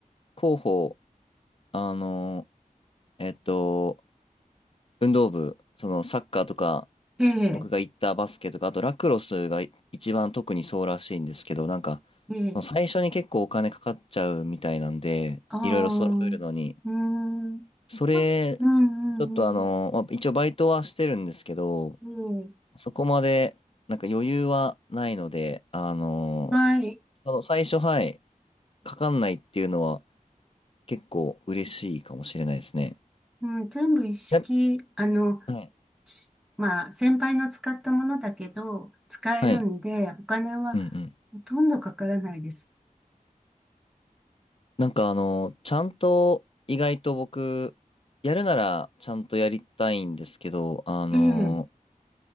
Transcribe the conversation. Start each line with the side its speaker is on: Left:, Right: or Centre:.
Left: 候補、あの、えっと、運動部、その、サッカーとか、
Centre: ええ、
Left: 僕が行ったバスケとか、あとラクロスが一番特にそうらしいんですけど、なんか、
Centre: ええ、
Left: 最初に結構お金かかっちゃうみたいなんで、
Centre: ああ、うーん。
Left: いろいろ揃えるのに、それ、
Centre: あうん、
Left: ちょっとあの、
Centre: うん、
Left: まあ、一応バイトはしてるんですけど、
Centre: うん。うん
Left: そこまで、なんか余裕はないので、あの、
Centre: はい。
Left: その最初、はい、かかんないっていうのは結構嬉しいかもしれないですね。
Centre: うん、全部一式、
Left: や
Centre: あの、
Left: はい。
Centre: ちまあ、先輩の使ったものだけど、使えるんで、
Left: はい。
Centre: お金は
Left: うんうん
Centre: ほとんどかからないです。
Left: なんかあの、ちゃんと意外と僕、やるならちゃんとやりたいんですけど、あの、
Centre: ええ、